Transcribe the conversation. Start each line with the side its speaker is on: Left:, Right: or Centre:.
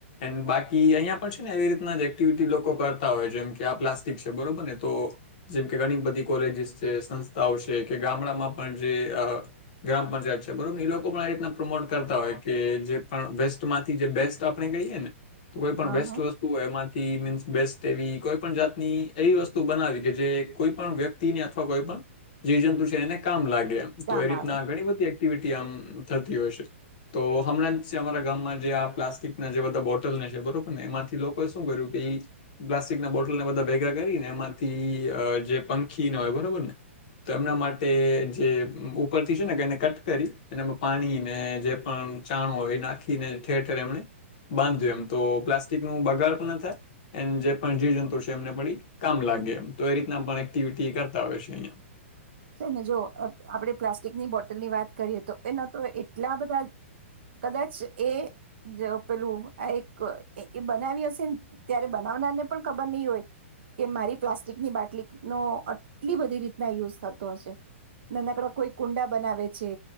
Left: એ બાકી અહીંયા પણ છે ને એવી રીતના એક્ટિવિટી લોકો કરતા હોય જેમ કે આ પ્લાસ્ટિક છે બરોબર ને તો જેમ કે ઘણી બધી કોલેજીસ જે સંસ્થાઓ છે કે ગામડામાં પણ જે ગ્રામ પંચાયત છે, બરોબર છે ને એ લોકો પણ આ રીતના પ્રમોટ કરતા હોય કે જે પણ વેસ્ટમાંથી જે બેસ્ટ આપણે કહીએ ને- કોઈ પણ
Right: હા
Left: વેસ્ટ
Right: હા
Left: વસ્તુ હોય એમાંથી મીન્સ બેસ્ટ એવી કોઈ પણ જાતની એવી વસ્તુ બનાવી કે જે કોઈ પણ વ્યક્તિને કોઈ પણ જીવ જંતુ છે એને કામ લાગે અમે
Right: કામ
Left: એ રીતના
Right: આવે
Left: ઘણી બધી એક્ટિવિ આમ થતી હોય છે, તો હમણાં જ છે અમારા ગામમાં જે આ પ્લાસ્ટિકના જે બધા બોટલને છે, બરોબરને એમાંથી લોકોએ શું કર્યું કે ઈ પ્લાસ્ટિકના બોટલને બધા ભેગા કરીને એમાંથી જે પંખીને હોય બ બરોબરને તો એમના માટે જે ઉપરથી છે ને કે એને કટ કરી ને એ માં પાણીને જે પણ ચાણ હોય એ નાખીને ઠેર ઠેર એમને બાંધ્યું, એમ તો પ્લાસ્ટિક નું બગાડ પણ એન થાય, એમ જે પણ જીવજંતુ છે, એમને પણ ઇ કામ લાગે તો એ રીતના પણ એક્ટિવિટી કર બતાવે છે અહયા.
Right: છે ને જો આપડે પ્લાસ્ટિકની બોટલની વાત કરીએ તો એ ન તો એટલા બધા કદાચ એ જો પેલું આ એક એ બનાવી હશે ને ત્યારે બનાવનારને પણ ખબર નહી હોય, કે મારી પ્લાસ્ટિકની બાટલીનો આટલી બધી રીતના યુઝ થત તો હશે. નાનાકડા કોઈ કુંડા બનાવે છે.